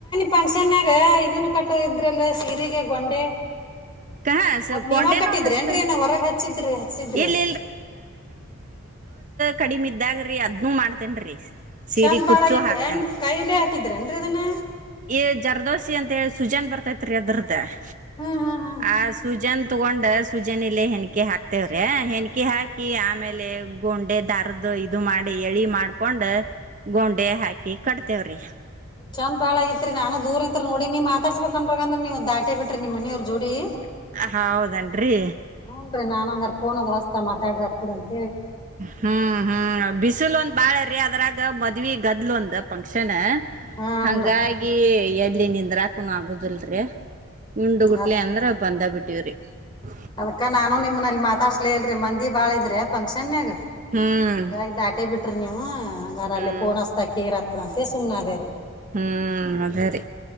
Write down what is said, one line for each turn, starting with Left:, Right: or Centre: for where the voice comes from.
Left: ಪಫಂಕ್ಷನಾಗ ಇದನ್- ಕಟ್ಟ ಇದ್ರಲ್ಲ ಸಿರಿಗೊಂಡೆ
Right: ಹಾ ಸೊ
Left: ಅದ್
Right: ಕೊಂಡೆನು
Left: ನೀವಾಗ ಕಟ್ಟಿದ್ರಿ
Right: ಹಚ್ತೇವ್ರಿ
Left: ಏನ್ರೀ ಏನ ಹೊರಗೆ ಹಚ್ಚಿದ್ರಿ ಹಚ್ಚಿದ್ರಿ.
Right: ಇಲ್
Left: -
Right: ಕಡಿಮ ಇದಾಗ್ರೀ ಅದ್ನು ಮಾ ಡ್ತೇನ್ ರೀ- ಸೀರೆ
Left: ಚಂದ್ ಬಾಳಾಗಿತ್ತ
Right: ಕುಚ್ಚು ಹಾಕ್ತೇನ್.
Left: ಹೆಂಗ್ ಕೈಲೆ ಹಾಕಿದ್ರೇನ್ರಿ ಅದನ್ನ
Right: ಈ ಜರ್ದೋಸಿ ಅಂತ ಹೇಳ- ಬರ್ತೈತ್ರಿ ಅದ್ರದೇ. -
Left: ಹ್ಮ್ ಹ್ಮ್ ಹ್ಮ್
Right: ಆ ಸುಜನ್ <unintelligible> -ತಗೊಂಡ್ ಸುಜನ ಇಲಿ ಹೆಣಕಿ ಹಾಕ್ತೇವ್ರಿ. - ಹೆಣಕಿ ಹಾಕಿ ಆಮೇಲೆ., - ಗೊಂಡೆ ದಾರ್ದು ಇದು ಮಾಡಿ ಎಳಿ ಮಾಡ್ಕೊಂಡ., - ಗೋಂಡೆಯ ಹಾಕಿ. - ಕಟ್ತೇವ್ರೀ.,
Left: ಚಂದಬಾಳಗಿತ್ರಿ ನಾನು ದೂರ್ ಇಂತತ್ ನೋಡಿ ನೀನ್ ಮಾತಾಡ್ಸ್ಬೇಕ. ಅಂದ್ರ ಅಂದ್ರೆ ನೀವು್ ದಾಟೆ ಬಿ್ರಿ ನಿ ಮನವ್ರ ಜೋಡಿ. -
Right: ಹೌದೇನರಿ
Left: ಹೂನ್ರಿ ನಾನ್ ಹಂಗರ್ <unintelligible> ದದು ಹೊಸ್ತಾಡ್ರಿತ್ ಬಿಡ ಅಂತ
Right: ಹ್ಮ್ ಹ್ಮ್ ಬಿಸಿಲು ಒಂದ್ ಬಾಳ್ರೀ ಅದ್ರಾಗ. - ಈಗ ಮದುವಿಗದ್ದಲು ಒಂದ ಫಂಕ್ಷನ್. -
Left: ಹೂನ್ರಿ
Right: ಹಂಗಾಗಿ ಎ- ಇಲ್ಲಿ ನಿಂದ್ರಾಕನ ಆಗುದಲ್ರರಿ. - ಉಂಡು ಗುಟ್ಲೆ
Left: ಅದ್
Right: ಅಂದ್ರ ಬಂದ ಬಿಟ್ಟು. - ೂರಿ <inaudible>
Left: ಅದಕ್ಕ ನಾನು ನಿಮ್ನಲ್ಲಿ ಮಾತಾಡ್ಸ್ಲಿ ಇಲ್ರಿ ಮಂದಿ ಬಾಳ ಇದ್ರೆ ಫಂಕ್ಷನಾಗ.
Right: ಹ್ಮ್
Left: - ಬಾಗ ದಾಟೆ ಬಿಟ್ರಿ ನೀವು ಹಂಗಾರ
Right: ಹ್ಮ್
Left: ಅಲ್ಲಿ ಪೋನ್ ಹಸ್ತ ಕೇರ್ತ್ತ. - ಇಡಂತೇ ಸುಮ್ಮ್ಾದರಿ.
Right: ಹ್ಮ್ ಅದೇ ರರಿ